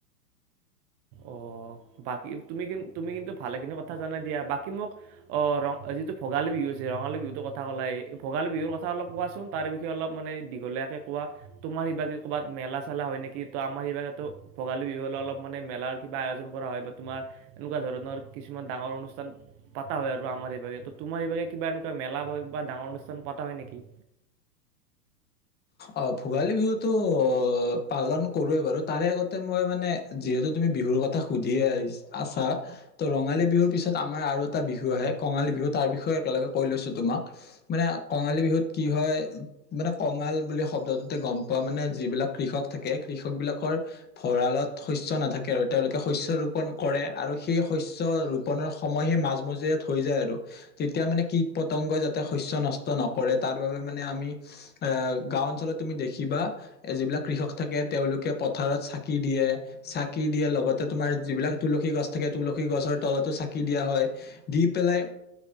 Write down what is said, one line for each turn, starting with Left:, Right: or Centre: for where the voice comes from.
Right: অঁ বাকী তুমি কিন্তু ভালেখিনি কথা জানাই দিয়া বাকী মোক অ ৰ যিটো ভোগালী বিহু আছে ৰঙালী বিহুটোৰ কথা ক'লাই এই ভোগালী বিহুৰ কথা অলপ কোৱাচোন তাৰ বিষয়ে অলপ মানে দীঘলীয়াকে কোৱা, তোমাৰ সিভাগে ক'বাত মেলা চেলা হয় নেকি ত' আমাৰ শিভাগে টো ভোগালী বিহু হ'লে অলপ মানে মেলাৰ কিবা আয়োজন কৰা হয় বা তোমাৰ এনেকুৱা ধৰণৰ কিছুমান ডাঙৰ অনুষ্ঠান পতা হয় আৰু আমাৰ এইভাগে ত তোমাৰ এইভাগে কিবা এনেকুৱা মেলা বা বা ডাঙৰ অনুষ্ঠান পতা হয় নেকি।
Left: অ ভোগালী বিহুতো পালন কৰোৱে বাৰু তাৰে আগতে মই মানে যিহেতু তুমি বিহুৰ কথা সুধি আহি আছা ত ৰঙালী বিহুৰ পিছত আমাৰ আৰু এটা বিহু আহে কঙালী বিহু তাৰ বিষয়ে একেলগে কৈ লৈছো তোমাক মানে কঙালী বিহুত কি হয় মানে। কঙাল বুলি শব্দটোতে গম পোৱা মানে যিবিলাক কৃষক থাকে কৃষক বিলাকৰ ভঁৰালত শস্য নাথাকে আৰু তেওঁলোকে শস্য ৰোপন কৰে আৰু সেই শস্য ৰোপনৰ সময় সেই মাজমজিয়াত হৈ যায় আৰু তেতিয়া মানে কীট পতংগই যাতে শস্য নষ্ট নকৰে তাৰ বাবে মানে আমি। আহ গাওঁ অঞ্চলত তুমি দেখিবা যিবিলাক কৃষক থাকে তেওঁলোকে পথাৰত চাকি দিয়ে চাকি দিয়ে লগতে তোমাৰ যিবিলাক তুলসী গছ থাকে তুলসী গছৰ তলতো চাকি দিয়া হয় দি পেলাই